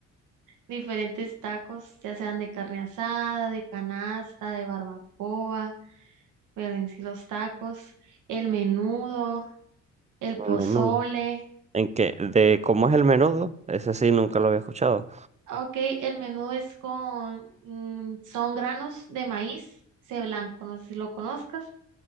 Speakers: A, on the right; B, on the right.
A: diferentes tacos, ya sean de carne asada, de canasta, de barbacoa, pero en sí los tacos, el menudo, el pozole.
B: El menudo. ¿En qué? ¿De cómo es el menudo? Ese sí, nunca lo había escuchado.
A: Ok, el menudo es con, mm, son granos de maíz, ese blanco, no sé si lo conozcas